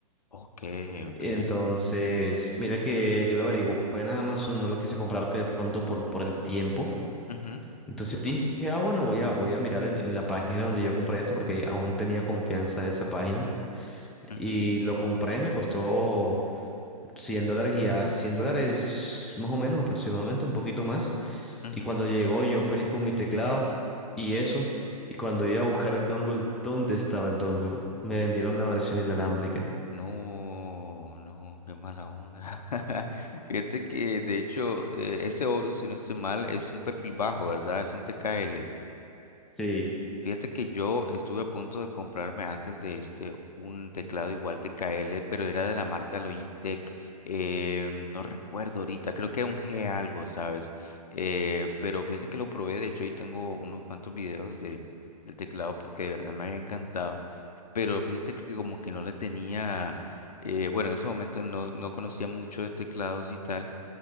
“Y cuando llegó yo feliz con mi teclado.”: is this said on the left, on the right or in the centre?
Centre